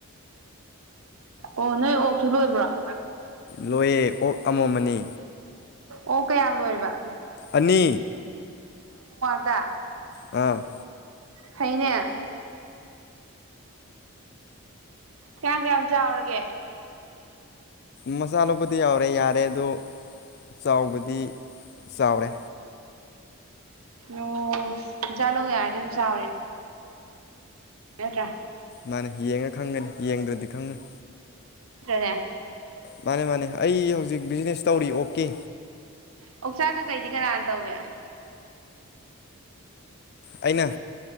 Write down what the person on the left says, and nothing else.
ꯂꯣꯏꯌꯦ ꯑꯣꯛ ꯑꯃꯣꯝꯃꯅꯤ
ꯑꯅꯤ
ꯍꯥꯎ
ꯃꯆꯥ ꯂꯣꯛꯄꯗꯤ ꯌꯥꯎꯔꯦ ꯌꯥꯔꯦ ꯑꯗꯣ ꯆꯥꯎꯕꯗꯤ ꯆꯥꯎꯔꯦ
ꯃꯥꯅꯦ ꯌꯦꯡꯉ ꯈꯪꯒꯅꯤ ꯌꯦꯡꯗ꯭ꯔꯗꯤ ꯈꯪꯉꯣꯏ
ꯃꯥꯅꯦ ꯃꯥꯅꯦ ꯑꯩ ꯍꯧꯖꯤꯛ ꯕꯤꯖꯤꯅꯦꯁ ꯇꯧꯔꯤ ꯑꯣ ꯀꯤ
ꯑꯩꯅ